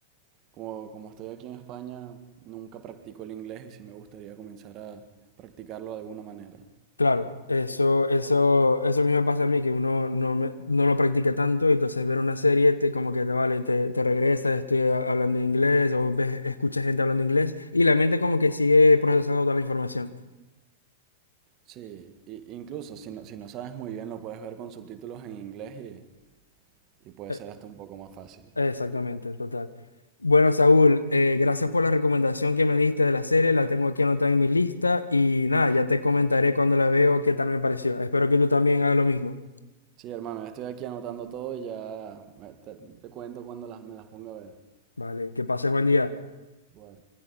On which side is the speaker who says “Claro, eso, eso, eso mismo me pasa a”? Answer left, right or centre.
Left